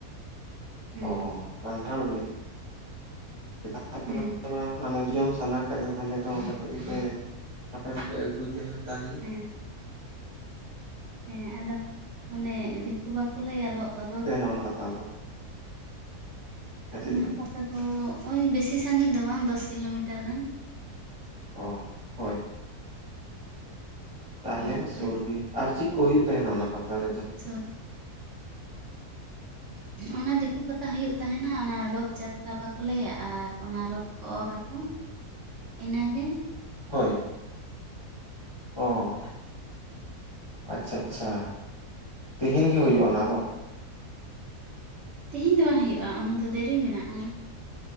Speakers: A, on the right (about 55°); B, on the left (about 25°).
A: ᱦᱮᱸ
B: ᱚ ᱠᱟᱱᱴᱷᱟᱲ ᱵᱤᱞᱤ? <unintelligible>
A: ᱦᱩᱸ।
B: ᱢᱟᱱᱮ ᱡᱚᱢ ᱥᱟᱱᱟ ᱠᱷᱟᱡ ᱫᱚ ᱛᱟᱦᱚᱞᱮ ᱫᱚ ᱚᱸᱰᱮ ᱠᱷᱚᱡ ᱜᱮᱯᱮ ᱟᱯᱮᱯᱮ ᱟᱹᱜᱩᱭ ᱛᱟᱦᱮᱱ ᱛᱟᱦᱞᱮ
A: <unintelligible> ᱦᱮᱸ ᱟᱫᱚ ᱚᱱᱮ ᱫᱤᱠᱩ ᱵᱟᱠᱚ ᱞᱟᱹᱭᱟ ᱞᱚ ᱨᱚᱛ
B: ᱱᱟ ᱯᱟᱛᱟ ᱫᱚ ᱦᱮᱸ ᱪᱮᱫ
A: ᱚᱱᱟ
B: ᱞᱮᱠᱟ
A: ᱯᱟᱛᱟ ᱫᱚ ᱳᱭ ᱵᱮᱥᱤ ᱥᱟᱺᱜᱤᱧ ᱫᱚ ᱵᱟᱝ ᱫᱚᱥ ᱠᱤᱞᱳᱢᱤᱴᱟᱨ ᱜᱟᱱ
B: ᱚ ᱦᱳᱭ ᱛᱟᱦᱚᱞᱮ
A: ᱚᱲᱟᱜ
B: ᱢᱟ
A: ᱠᱷᱚᱡ
B: ᱥᱩᱨ ᱜᱤ ᱟᱨ ᱪᱤᱫ ᱠᱚ ᱦᱩᱭᱩᱜ ᱛᱟᱦᱮᱱᱟ ᱚᱱᱟ ᱯᱟᱛᱟ ᱨᱮᱫᱚ
A: <unintelligible> ᱚᱱᱟ ᱫᱤᱠᱩ ᱯᱟᱛᱟ ᱦᱩᱭᱩᱜ ᱛᱟᱦᱮᱱᱟ ᱚᱱᱟ ᱨᱚᱛᱷ ᱡᱟᱛᱨᱟ ᱵᱟᱠᱚ ᱞᱟᱹᱭᱟ ᱟᱨ ᱚᱱᱟ ᱨᱚᱛᱷ ᱚᱨ ᱟᱠᱚ ᱤᱱᱟᱹᱜᱮ
B: ᱦᱳᱭ ᱚᱳ ᱟᱪᱪᱷᱟ ᱟᱪᱪᱷᱟ ᱛᱤᱦᱱ ᱜᱮ ᱦᱩᱭᱩᱜᱼᱟ ᱚᱱᱟ ᱫᱚ
A: ᱛᱮᱦᱤᱧ ᱫᱚ ᱵᱟᱝ ᱦᱩᱭᱩᱜᱼᱟ ᱚᱱᱟ ᱫᱚ ᱫᱮᱨᱤ ᱢᱮᱱᱟᱜᱼᱟ